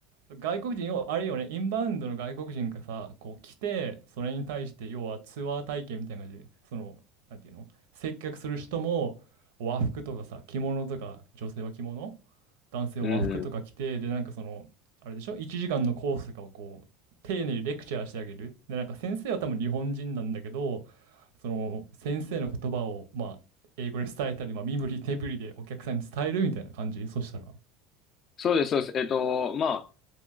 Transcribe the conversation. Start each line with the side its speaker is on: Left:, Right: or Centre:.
Right: 外国人、要はあれよね、インバウンドの外国人がさ、こう来て、それに対して、要はツアー体験みたいな感じで、その、なんていうの接客する人も、和服とかさ、着物とか、女性は着物男性を和服とか着て、
Left: うん。
Right: で、なんかその、あれでしょ ?1 時間のコースとかをこう、丁寧にレクチャーしてあげる。で、なんか先生は多分日本人なんだけど、その先生の言葉を、まあ、英語で伝えたり、まあ、身振り手振りでお客さんに伝えるみたいな感じそしたら。
Left: そうです、そうです。えっと、まあ、